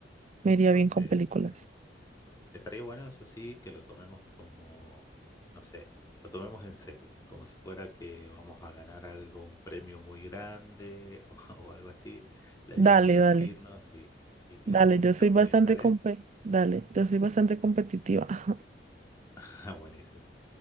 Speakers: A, on the right (about 40°); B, on the left (about 20°).
A: me iría
B: Ok.
A: bien con películas.
B: Estaría bueno, eso sí, que lo tomemos como, no sé, lo tomemos en serio, como si fuera que vamos a ganar algo, un premio muy grande <laughs> o, o algo así. La
A: Dale,
B: idea es divertirnos
A: dale,
B: y, y-
A: dale,
B: y que la
A: yo
B: pasemos
A: soy bastante
B: bien, ¿dale?
A: compe- dale, yo soy bastante competitiva. <laughs>
B: <laughs> Ah, Buenísimo.